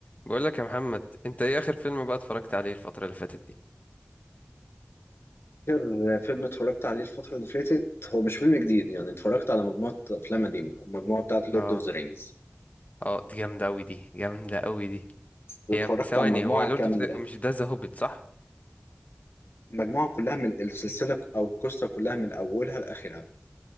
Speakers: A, on the left; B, on the left.
A: بقول لك يا محمد انت ايه اخر فيلم بقى اتفرجت عليه الفترة اللي فاتت دي
B: آخر فيلم اتفرجت عليه الفترة اللي فاتت هو مش فيلم جديد يعني اتفرجت على مجموعة أفلام قديمة المجموعة بتاعت لورد
A: اه
B: أوف ذا رينجز
A: اه دي جامدة قوي دي جامدة قوي دي
B: اتفرجت
A: هي ثواني
B: على المجموعة
A: هو لورد
B: كاملة
A: اوف مش ده ذا هوبيت صح
B: المجموعة كلها من السلسلة أو القصة كلها من أولها لآخرها